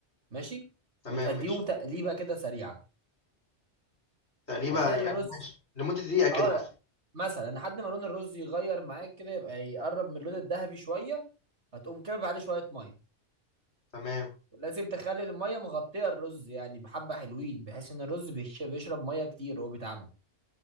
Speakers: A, on the right; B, on the left.
A: ماشي
B: تمام
A: وتأديهم
B: ماشي
A: تقليبة كده سريعة
B: تقليبه
A: هتلاقي
B: يعني
A: الرز
B: ماشي لمده دقيقه كده
A: اه
B: مثلا
A: لا، مثلا لحد ما لون الرز يغير معاك كده يبقى يقرب من اللون الذهبي شوية هتقوم كابب عليه شوية مية
B: تمام
A: ولازم تخلي المية مغطية الرز يعني بحبة حلوين بحيث ان الرز بيش- بيشرب مية كتير وهو بيتعمل